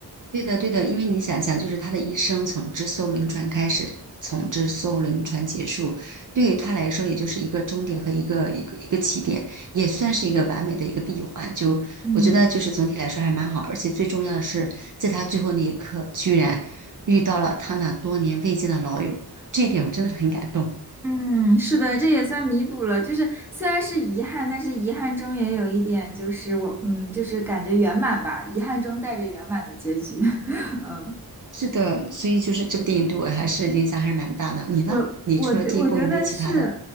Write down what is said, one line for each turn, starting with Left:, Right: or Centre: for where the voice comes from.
Right: 对的，对的，因为你想想，就是他的一生从这艘轮船开始，从这艘轮船结束，对于他来说，也就是一个终点和一个一个一个起点，也算是一个完美的一个闭环。就我觉得，
Centre: 嗯。
Right: 就是总体来说还蛮好，而且最重要的是，在他最后那一刻，居然遇到了他那多年未见的老友，这一点我真的是很感动。
Centre: 嗯，是的，这也算弥补了。就是虽然是遗憾，但是遗憾中也有一点，就是我，嗯，就是感觉圆满吧，遗憾中带着圆满的结局。<laughs> 嗯。
Right: 是的，所以就是这部电影对我还是影响还是蛮大的。你呢？
Centre: 我我觉我觉得是，
Right: 你除了这一部，有没有其他的？